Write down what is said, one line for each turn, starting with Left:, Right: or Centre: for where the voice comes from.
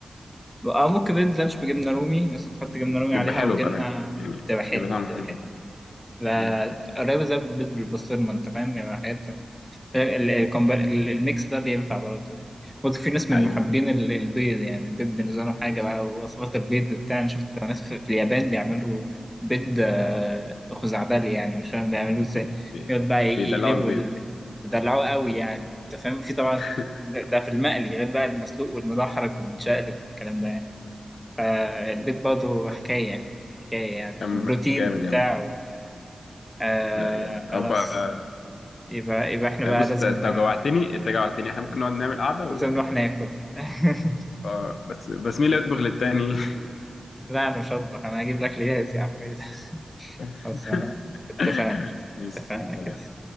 Centre: آه، ممكن ريد لانش بجبنه رومي مثلا تحط جبنه رومي
Left: بيبقى
Centre: عليها
Left: حلو
Centre: او جبنه
Left: بامانه يعني
Centre: بتبقى حلوه
Left: بيبقى طعمه
Centre: بتبقى
Left: حلو
Centre: حلوه
Left: فعلا
Centre: لا
Left: مم.
Centre: قريبه زي البيض بالبسطرمه انت فاهم يعني حاجات ال- الكومبا- ال- الميكس ده بينفع برضه يعني برضه في ناس من
Left: ايوه
Centre: محبين ال- البيض يعني البيض بالنسبة لهم حاجة بقى ووصفات البيض بتاع أنا شفت ناس في في اليابان بيعملوا بيض آه، خزعبلي يعني مش فاهم بيعملوه ازاي
Left: بي-
Centre: يقعد بقى ي-
Left: بيدلعوا
Centre: يقلبوا
Left: البيض
Centre: ال- بيدلعوه قوي يعني أنت فاهم في طبعا
Left: <laughs>
Centre: ده في المقلي غير بقى المسلوق والمدحرج والمتشقلب والكلام ده يعني فالبيض برضه حكاية حكاية يعني
Left: أم-
Centre: بروتين
Left: جامد
Centre: وبتاع
Left: يا عم
Centre: آه
Left: لا جامد طب
Centre: خلاص
Left: آه،
Centre: يبقى يبقى احنا بقى
Left: بص
Centre: لازم
Left: انت أنت جوعتني انت جوعتني احنا ممكن نقعد نعمل قعده
Centre: بس
Left: و...
Centre: نروح ناكل <laughs>
Left: اه بس بس مين اللي يطبخ للتاني
Centre: لا انا مش هطبخ انا هجيب الاكل جاهز يا عم <laughs> إيه ده؟
Left: <laughs>
Centre: خلاص انا اتفقنا
Left: يا
Centre: اتفقنا
Left: سلام
Centre: كده